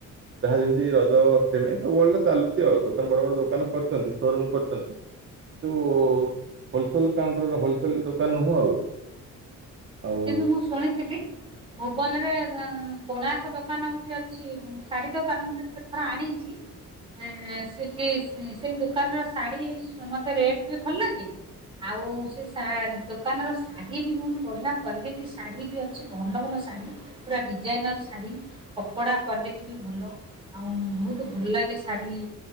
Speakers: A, on the right (about 40°); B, on the right (about 15°).
A: ଯାହା ଯେମିତି ରଜ ସେମି ସବୁବେଳେତ ଚାଲିଚି ଆଉ ଦୋକାନ ବଡ଼ ବଡ଼ ଦୋକାନ କରି ଚନ୍ତି ସୋରୁମ୍ କରୁଚନ୍ତି। କିନ୍ତୁ ହୋଲସେଲ୍ କାଉଣ୍ଟର ଏଟା ହୋଲସେଲ୍ ଦୋକାନ ନୁହଁ ଆଉ। ଆଉ
B: କିନ୍ତୁ ମୁଁ ଶୁଣିଥିଲି। ଭୁବନରେ ଅ କୋଣାର୍କ ଦୋକାନ ଗୋଟେ ଅଛି ଶାଢୀ ଦୋକାନ ମୁଁ ସେଠୁ କେତଥର ଆଣିଚି। ଏ ସେଠି ସେ ସେଇ ଦୋକାନର ଶାଢ଼ୀ ମତେ ରେଟ୍ ବି ଭଲ ଲାଗେ। ଆଉ ସେ ସା ଦୋକାନର ଶାଢ଼ୀବି ବହୁତ୍ ବଢ଼ିଆ କ୍ୱାଲିଟି ଶାଢ଼ୀ ବି ଅଛି ଭଲ ଭଲ ଶାଢ଼ୀ ପୁରା ଡିଜାଇନର୍ ଶାଢ଼ୀ କପଡ଼ା କ୍ଵାଲିଟି ବି ଭଲ ଆଉ ବହୁତ୍ ଭଲ ଲାଗେ ଶାଢ଼ୀ